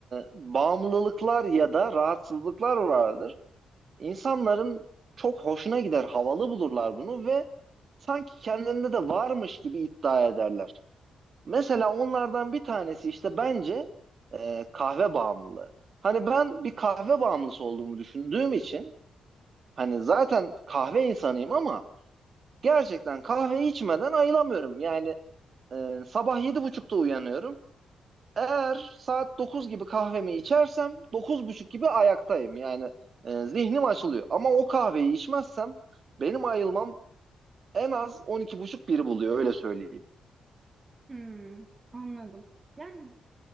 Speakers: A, on the right; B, on the right.
A: bağımlılıklar ya da rahatsızlıklar vardır. İnsanların çok hoşuna gider, havalı bulurlar bunu ve sanki kendinde de varmış gibi iddia ederler. Mesela
B: Hı hı.
A: onlardan bir tanesi işte bence e, kahve bağımlılığı. Hani ben bir kahve bağımlısı olduğumu düşündüğüm için hani zaten kahve insanıyım ama gerçekten kahve içmeden ayılamıyorum. Yani e, sabah yedi buçukta uyanıyorum. Eğer saat 9 gibi kahvemi içersem dokuz buçuk gibi ayaktayım. Yani e, zihnim açılıyor. Ama o kahveyi içmezsem benim ayılmam en az on iki buçuk biri buluyor öyle söyleyeyim.
B: Hmm, anladım. Yani